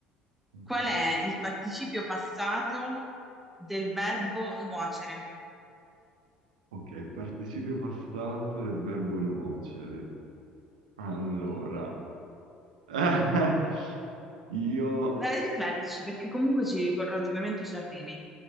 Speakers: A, on the right; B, in the centre.
A: Ok,
B: Qual è il participio passato del verbo nuocere?
A: Ok, participio passato del verbo nuocere. Allora, <laughs> io...
B: Dai, riflettici, perché comunque ci- col ragionamento ci arrivi.